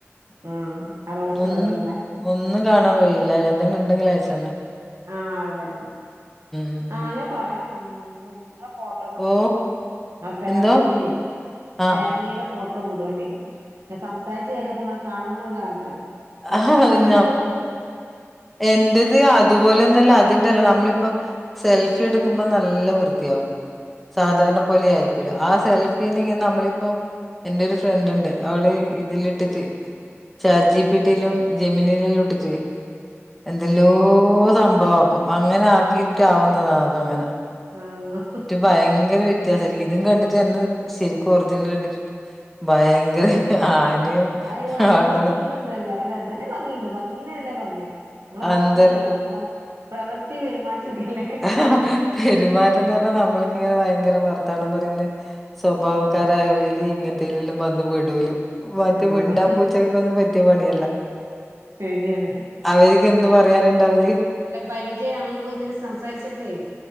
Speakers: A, on the right; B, in the centre.
A: ആഹ് ആറോസുകളറ്ള്ളേ
B: ഒന്ന് ഒന്നും കാണാൻ വഴയില്ല എന്തെങ്കും ണ്ടെങ്കിലയച്ച ന്നാ
A: ആഹ് അതന്നെ
B: ഉം,
A: ആഹ്
B: ഉം.
A: ഞാൻ പറയാൻ വന്നും ഇങ ഫോട്ടോസൊക്കെ
B: ഓ
A: വിടൂ ഇങ്ങളെ ഫാമിലിന്റെ
B: എന്തോ ആഹ്
A: ഫാമിലീടെ ഫോട്ടോ ട്ടം വിടോണ്ടി. ഞാൻ സംസാരിച്ച് കഴിഞ്ഞപ്പോ ങ്ങളെ കാണണം ന്നൊരാഗ്രഹം ഫോട്ടോ
B: ആഹ്
A: ങ്ങളെന്നൊണ്ടു
B: നം
A: ഉം
B: എന്റത് അത് തുപോലൊന്നല്ല, അതിണ്ടല്ലോ നമ്മളിപ്പോ സെൽഫി എടുക്കുമ്പോ നല്ല വൃത്തിയാവും സാധാര്ണ
A: ആ
B: പോലെയായിരിക്കും ആ സെൽഫീനങ്ങനെ നമ്മളിപ്പോ എന്റെ ഒരു ഫ്രണ്ട് ണ്ട് അവള് ഇതിലിട്ടിട്ട് ചാറ്റ്ജിപിടി ലും ജമിനീലെ ല്ലും ഇട്ടിട്ടേ എന്തെല്ലോ സംഭവാക്കും അങ്ങനെ ആക്കിയിട്ട് ആവുന്നതാ അത ങ്ങനെ
A: ആഹ് ഹ ഹ്
B: ഭയങ്കര വ്യത്യാസയിരിക്കും. ഇതും കണ്ടിട്ട്ന്നെ ശരിക്കും ഒറിജിനലണ്ടിട്ടുണ്ട് ഭയങ്കര ഹ്ഹ ആനയും
A: അഅ് അമ്മള്
B: ആടും
A: ഭംഗീലൊന്നുഅല്ല
B: തമ്മി
A: ഇതെന്നെ ഭംഗിണ്ട് ഭംഗീനല്ല ഞാൻ പറഞ്ഞേ മ്മളെ
B: അന്തരം
A: ഭംഗിയല്ല നമ്മളെ പ്രവൃത്തി പെരുമാറ്റൊക്കല്ലേ
B: ആഹ് ഹ ഹ പെരുമാറ്റംന്ന് പറഞ്ഞാ നമ്മൾക്കിങ്ങനെ ഭയങ്കര വർത്താനം
A: ആഹ്
B: പറൽല്ലേ സ്വഭാവക്കാരായവൽ
A: ആഹ്
B: ഇങ്ങൻത്തെലെല്ലും വന്നു പെടൂലു മറ്റ്
A: ആഹ്
B: മിണ്ടാ പൂച്ചകക്കൊന്നും പറ്റിയ പണിയല്ല
A: ശരിയാണ്
B: അവര്ക്ക് എന്ത് പറയാന്ണ്ടാവല്
A: അല്ല പരിചയ നമ്മള്പോങ്ങനെ സംസാരിച്ചപ്പെയ്